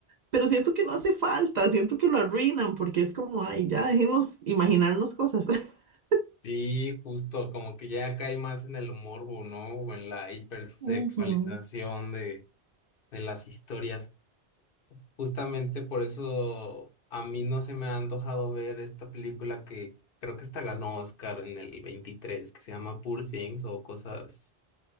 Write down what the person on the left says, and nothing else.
Sí, justo, como que ya cae más en el morbo, ¿no? O en la hipersexualización
de las historias. Justamente por eso a mí no se me ha antojado ver esta película que creo que esta ganó Oscar en el veintitrés que se llama Poor Things o cosas,